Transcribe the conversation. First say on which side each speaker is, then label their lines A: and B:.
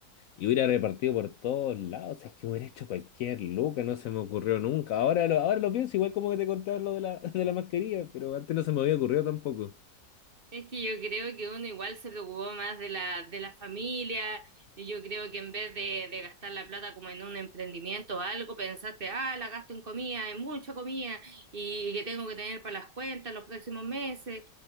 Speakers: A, on the left (about 75°); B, on the right (about 35°).
A: Y hubiera repartido por todos lados, o sea, es que hubiera hecho cualquier loca, no se me ocurrió nunca. Ahora lo, ahora lo pienso, igual como que te contaba lo de la, <laughs> de la mascarilla, pero antes no se me había ocurrido tampoco.
B: Es que yo creo que uno igual se preocupó más de la, de la familia, y yo creo que en vez de, de gastar la plata como en un emprendimiento o algo, pensaste, ah, la gasto en comida, en mucha comida, y, que tengo que tener para las cuentas los próximos meses.